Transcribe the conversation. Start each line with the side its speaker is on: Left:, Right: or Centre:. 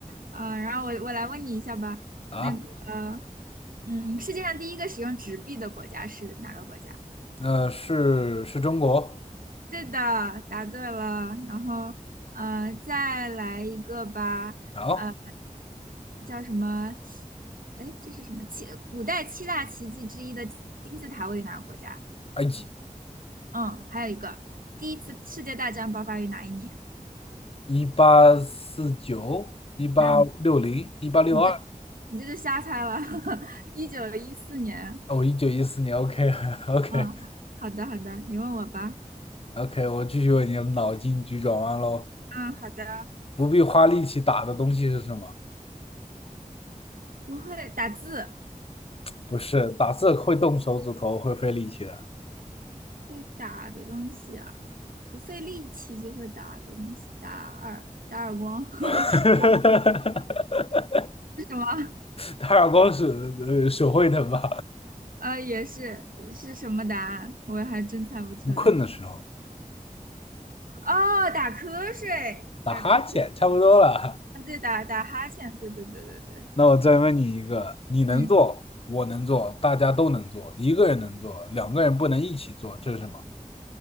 Right: 嗯，然后我我来问你一下吧，
Left: 啊。
Right: 那个，嗯，世界上第一个使用纸币的国家是哪个国家？
Left: 呃，是是中国，
Right: 对的，答对了。然后，呃，再来一个吧。
Left: 好，
Right: 呃，叫什么？哎，这是什么七？古代七大奇迹之一的金字塔位于哪个国家？
Left: 埃及，
Right: 嗯，还有一个，第一次世界大战爆发于哪一年？
Left: 一八四九、一八六零、
Right: 那
Left: 一八六二。
Right: 你这你这就瞎猜了，<laughs> 一九一四年。
Left: 哦，一九一四年，OK，OK，OK，
Right: 嗯，好的好的，你问我吧。
Left: <laughs> 我继续为你的脑筋急转弯喽。
Right: 啊，好的，
Left: 不必花力气打的东西是什么？
Right: 不会打字。
Left: 不是打字会动手指头，会费力气的。
Right: 会打的东西啊，不费力气就会打的东西，打耳打耳光，<laughs> 不知道
Left: <laughs>
Right: 是什么，
Left: 打耳光是呃手会疼吧？
Right: 呃，也是是什么答案，我还真猜不出来。
Left: 你困的时候
Right: 哦，打瞌睡，
Left: 打哈欠，
Right: 打瞌睡，
Left: 差不多了。
Right: 啊，对，打打哈欠，对对对对对，
Left: 那我再问你一个，你能做，
Right: 嗯，
Left: 我能做，大家都能做，一个人能做，两个人不能一起做，这是什么？